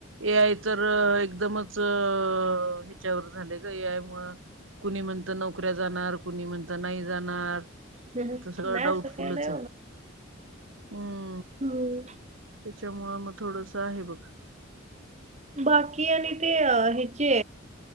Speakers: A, on the right (about 70°); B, on the right (about 35°).
A: ए आय तरं एकदमचं ह्यांच्यावर झांले गं ए आय मुळं कुंणी म्हणतं नोकऱ्यां जाणारं कुंणी म्हणतं नाहीं जाणारं
B: हम्म.
A: ते सगळं
B: नाही
A: डाऊटफुंलच
B: असं काही नाही
A: आहे हम्मं
B: हम्मं
A: त्यांच्यामुळे मंग थोडंस आहे बघं
B: बाकी आणि ते ह्यांचे